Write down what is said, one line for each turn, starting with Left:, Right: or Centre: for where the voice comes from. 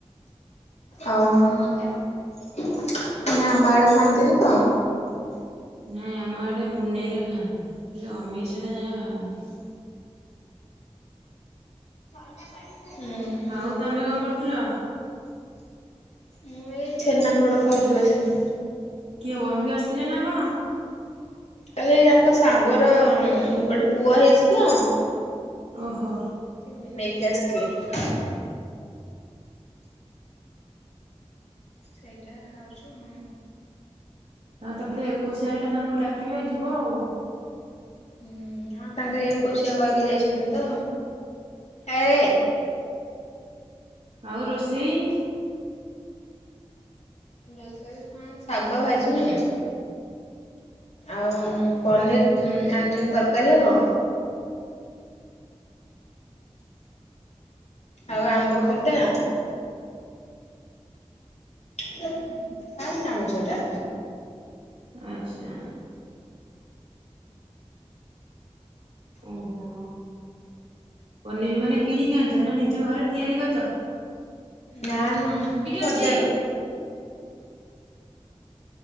Left: ଓହୋ ନା ଆମ ଆଡେ ଖାଆନ୍ତିନି ତ।
Right: ନାଇଁ ଆମ ଆଡେ ପୁନେଇରେ ଖାଆନ୍ତି ହେଲେ ଅମେଇସିଆ ଟା ଯାହା ବାରନ୍ତି।
Left: ହୁଁ। ହୁଁ
Right: ଆଉ ତମେ କଁ କରୁଥୁଲ।
Left: ମୁଁ ଏଇ ଛେନା ପୋଡ ଖାଉଚୁ ବସିକି।
Right: କିଏ ବନ୍ଧୁ ଆସିଥିଲେ ନା କଣ?
Left: କାଲି ଆଙ୍କ ସାଙ୍ଗର ଗୋଟେ ପୁଅ ହେଇଚି ତ
Right: ଓହୋ।
Left: ସେ ନେ ନେଇକି ଆସିଥିଲେ। ସେଇଟା ଖାଉଛୁ ହଁ।
Right: ଆ ତାପରେ ଏକୋଶିଆ ଆଇଲେ ତମକୁ ଡାକିବେ ଯିବ ଆଉ।
Left: ହୁଁ ହଁ ତାଙ୍କ ଏକୋଇଶିଆ କହିକି ଯାଇଛନ୍ତି ତ ଆ ରେ।
Right: ଆଉ ରୋଷେଇ?
Left: ରୋଷେଇ ରେ କଣ ଶାଗ ଭାଜିମି। ଆଉ ପନିର୍ ଆଣିଛନ୍ତି ତରକାରୀ ହବ। ଆଉ ଆମ୍ବ ଖଟା। କାଇ ଟାଣୁଛୁ ଏଟା।
Right: ଆଚ୍ଛା। ଓହୋ ପନିର୍ ମାନେ କିଣିକି ଆଣିଛ ନା ନିଜ ଘରେ ତିଆରି କରିଚ?
Left: ନା ନା ବଜାର।
Right: ଅଛି।